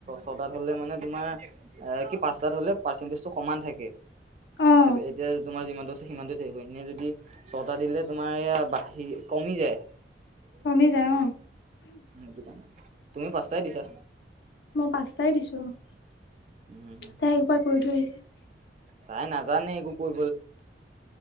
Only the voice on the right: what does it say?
ছটাত হলে মানে তোমাৰ কি পাচঁ <unintelligible> পাৰ্চেটেজটো সমান থাকে।
এতিয়া তোমাৰ যিমানতটো আছে সিমানটোটো থাকিব, এনে যদি ছটা দিলে তোমাৰয়া বাঢ়ি, কমি যায়। উম
দোকানত তুমি পাঁচতাই দিছা।
উম
তাই নাজানে একো কৈ